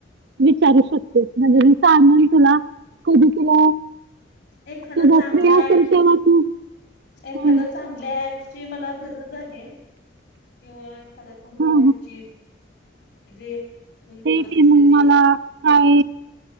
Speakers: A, on the right; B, on the left.
A: विचारू शकतेस म्हणजे मी सांगेन तुला कधी तुला
B: एखादा
A: तुझा
B: चांगला
A: फ्री असेल
B: अँप
A: तेव्हा तू
B: एखाद्या
A: हां
B: चांगल्या ऍपची मला गरज आहे किंवा एखाद्या कंपनीची
A: हां
B: जे मला
A: ते
B: मेसेज
A: ते मग
B: येईल
A: मला काय